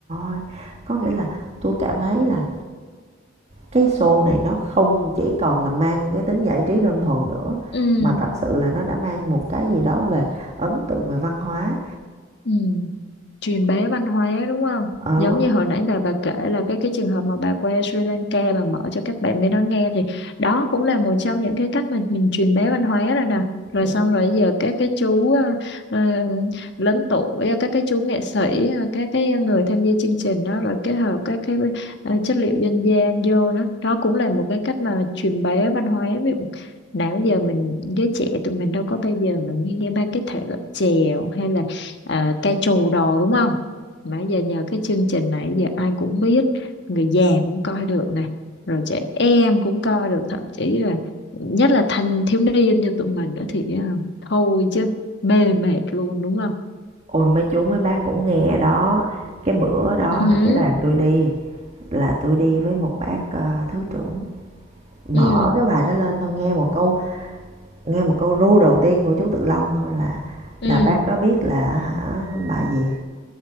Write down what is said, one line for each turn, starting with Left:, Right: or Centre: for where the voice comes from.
Right: ơi, có nghĩa là tôi cảm thấy là cái show này nó không chỉ còn là mang cái tính giải trí đơn thuần nữa,
Left: ừ
Right: mà thật sự là nó đã mang một cái gì đó về ấn tượng về văn hóa.
Left: Ừ. truyền bá văn hóa đúng không
Right: Ờ,
Left: giống như hồi nãy bà bà kể là cái cái trường hợp mà bà qua Sri Lanka bà mở cho các bạn bên đó nghe thì đó cũng là một trong những cái cách mà mình truyền bá văn hóa rồi nè rồi
Right: ừ.
Left: xong rồi giờ các cái chú ờ, ờ, lớn tuổi các cái chú nghệ sĩ ờ, các cái người tham gia chương trình đó rồi kết hợp các cái ờ, chất liệu dân gian vô nữa đó cũng là một cái cách mà truyền bá văn hóa ví dụ nào giờ mình giới trẻ tụi mình đâu có bao giờ mà nghe ba cái thể loại chèo hay là ờ, ca trù đồ đúng không mà giờ nhờ cái chương trình này giờ ai cũng biết người già cũng coi được nè rồi trẻ em cũng coi được thậm chí là nhất là thanh thiếu niên như tụi mình nữa thì ờ, thôi chứ mê mệt luôn đúng không
Right: Ôi mấy chú mấy bác cũng nghe đó, cái bữa đó
Left: ừ hứ,
Right: là cái đoàn tôi đi là tôi đi với một bác ờ, thứ trưởng mở
Left: ừ
Right: cái bài đó lên tôi nghe một câu nghe một câu ru đầu tiên của chú Tự Long thôi là
Left: ừ
Right: là bác đó biết là hả bài gì